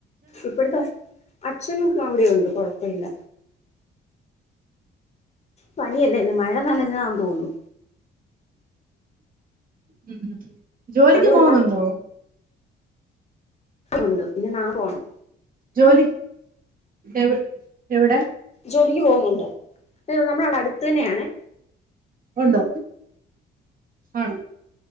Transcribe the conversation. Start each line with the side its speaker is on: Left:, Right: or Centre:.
Left: ഇപ്പഴത്തെ അച്ഛനും ഇപ്പോ അവിടെയുണ്ട് കൊഴപ്പവില്ല പനിയല്ലേ ഈ മഴ നനഞ്ഞതാന്ന് തോന്നുന്നു
Right: ഉം ഉം ജോലിക്ക്
Left: അതുമല്ല
Right: പോകുന്നുണ്ടോ
Left: ഉണ്ട് ഇനി നാളെ പോണം
Right: ജോലി എവി എവിടെ
Left: ജോലിക്ക് പോന്നുണ്ട് ആ നമ്മടവിടെ അടുത്ത് തന്നെയാണേ
Right: ഉണ്ട് ആണ്